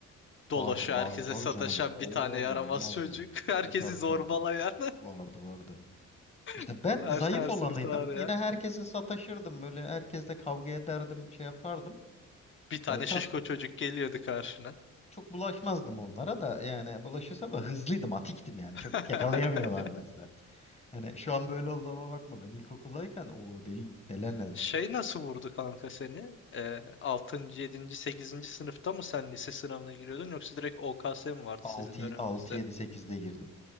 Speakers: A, on the left (about 40°); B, on the left (about 20°).
A: Dolaşıyor
B: Vardı vardı
A: herkese
B: tabii
A: sataşan
B: canım o- olmaz
A: bir tane yaramaz
B: mı olmaz
A: çocuk.
B: mı?
A: <laughs> Herkesi
B: E tabii
A: zorbalayan.
B: tabii vardı vardı. İşte
A: <laughs>
B: ben
A: Her,
B: zayıf
A: her sınıfta
B: olanıydım.
A: var ya.
B: Yine herkese sataşırdım böyle herkesle kavga ederdim şey yapardım.
A: Bir tane
B: E, tam
A: şişko çocuk geliyordu karşına.
B: Çok bulaşmazdım onlara da yani bulaşırsa da hızlıydım, atiktim yani.
A: <laughs>
B: Çok yakalayamıyorlardı o yüzden. Hani şu an böyle olduğuma bakma. Ben ilkokuldayken o deli neler neler.
A: Şey nasıl vurdu kanka seni? Ee, 6. 7. 8. sınıfta mı sen lise sınavına giriyordun yoksa direkt OKS mi vardı
B: 6
A: sizin döneminizde?
B: 6 7 8'de girdim.